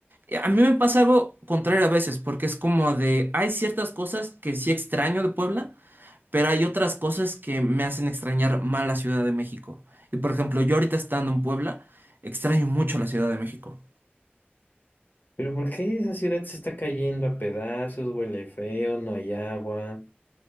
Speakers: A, on the right; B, on the left.
A: Eh, A mí me pasa algo contrario a veces, porque es como de, hay ciertas cosas que sí extraño de Puebla, pero hay otras cosas que me hacen extrañar más la Ciudad de México. Y por ejemplo, yo ahorita estando en Puebla, extraño mucho la Ciudad de México.
B: Pero ¿por qué esa ciudad se está cayendo a pedazos, huele feo, no hay agua?